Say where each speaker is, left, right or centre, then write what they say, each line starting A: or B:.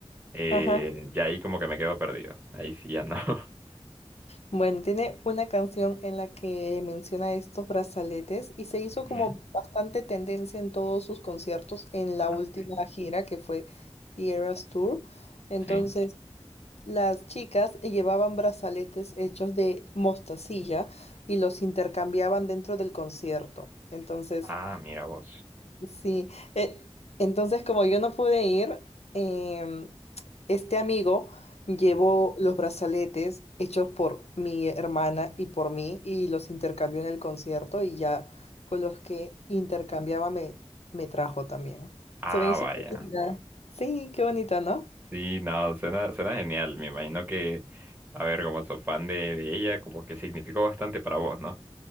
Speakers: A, on the right; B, on the left.
A: Eh,
B: Ajá.
A: ya ahí como que me quedo perdido. Ahí sí ya no. <laughs>
B: Bueno, tiene una canción en la que menciona estos brazaletes y se hizo
A: Ujú.
B: como bastante tendencia en todos sus conciertos en
A: Ah,
B: la última
A: ok.
B: gira que fue The Eras Tour. Entonces,
A: Sí.
B: las chicas llevaban brazaletes hechos de mostacilla y los intercambiaban dentro del concierto. Entonces,
A: Ah, mira vos.
B: Sí, eh, entonces como yo no pude ir, em, este amigo llevó
A: Ujú.
B: los brazaletes hechos por mi hermana y por mí y los intercambió en el concierto y ya con los que intercambiaba me, me trajo también.
A: Ah,
B: Se me hizo
A: vaya.
B: bonita. Sí, qué bonita, ¿no?
A: Sí, no, suena, suena genial. Me imagino que, a ver, como sos fan de, de ella, como que significó bastante para vos, ¿no?